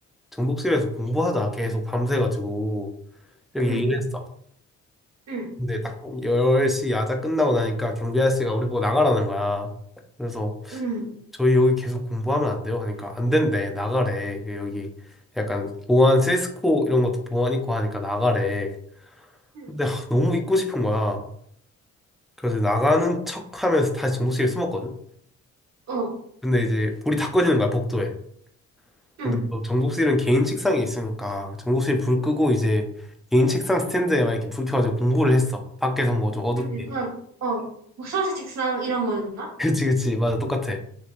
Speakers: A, in the centre; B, on the right (about 60°).
A: 정독실에서 공부하자. 계속 밤새가지고. 이렇게
B: 응,
A: 얘기를 했어.
B: 응,
A: 근데 딱 10시 야자 끝나고 나니까 경비 아저씨가 우리 보고 나가라는 거야. 그래서
B: 응,
A: 저희 여기 계속 공부하면 안 돼요? 하니까 안 된대. 나가래. 그 여기 약간 보안 세스코 이런 것도 보안 있고 하니까 나가래.
B: 응,
A: 근데 하, 너무 있고 싶은 거야. 그래서 나가는 척 하면서 다시 정독실에 숨었거든.
B: 어,
A: 근데 이제 불이 다 꺼지는 거야, 복도에.
B: 응,
A: 근데 또 정독실은 개인 책상이 있으니까 정독실 불 끄고 이제 개인 책상 스탠드에 막 이렇게 불 켜가지고 공부를 했어. 밖에서 뭐 좀 어둡게.
B: 응, 약간 어, 목소리 책상 이런 거였나?
A: <laughs> 그치, 그치. 맞아. 똑같아.